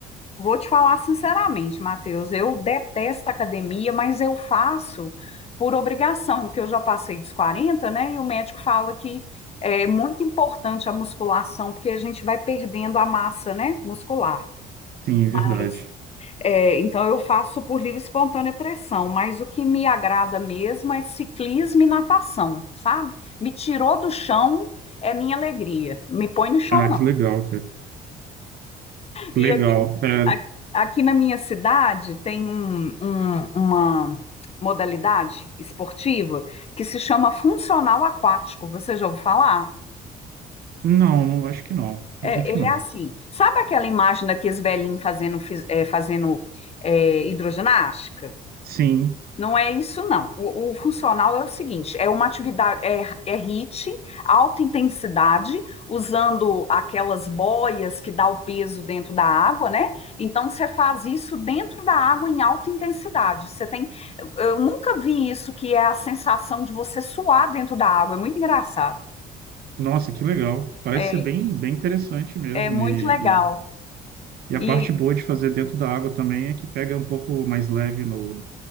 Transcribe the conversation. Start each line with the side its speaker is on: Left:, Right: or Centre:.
Left: vou te falar sinceramente, Matheus, eu detesto academia, mas eu faço por obrigação, porque eu já passei dos 40, né? E o médico fala que é muito importante a musculação, porque a gente vai perdendo a massa, né, muscular.
Right: Sim,
Left: Mas
Right: verdade.
Left: É, então eu faço por livre e espontânea pressão, mas o que me agrada mesmo é ciclismo e natação, sabe? Me tirou do chão é minha alegria, me põe no chão
Right: Ah,
Left: não.
Right: que legal, cara. Que
Left: E
Right: legal.
Left: aqui,
Right: É,
Left: a- aqui na minha cidade tem um- um- uma modalidade esportiva que se chama funcional aquático, você já ouviu falar?
Right: não, não, acho que não. Acredito
Left: É, ele
Right: que não.
Left: é assim, sabe aquela imagem daqueles velhinhos fazendo, fis- é, fazendo é, hidroginástica?
Right: Sim.
Left: Não é isso, não. O, o funcional é o seguinte: é uma atividade, é, é HIIT, alta intensidade, usando aquelas boias que dá o peso dentro da água, né? Então você faz isso dentro da água em alta intensidade. Você tem, eu, nunca vi isso que é a sensação de você suar dentro da água. É muito engraçado.
Right: Nossa, que legal. Parece
Left: É,
Right: ser bem, bem interessante mesmo.
Left: é muito
Right: E,
Left: legal.
Right: E a
Left: E
Right: parte boa de fazer dentro da água também é que pega um pouco mais leve no,